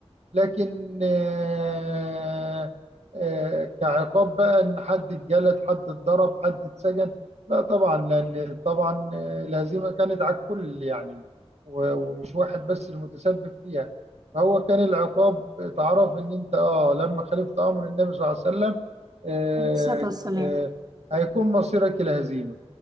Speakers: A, on the right; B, on the right.
A: لكن آه، آه، كعقاب بقى ان حد اتجلد حد اتضرب حد اتسجن لا طبعا لان طبعا آه، الهزيمه كانت على الكل يعني و- ومش واحد بس المتسبب فيها فهو كان العقاب اتعرف ان انت اه لما خالفت امر النبي صلى الله عليه وسلم آه،
B: عليه الصلاة والسلام
A: آه، هيكون مصيرك الهزيمه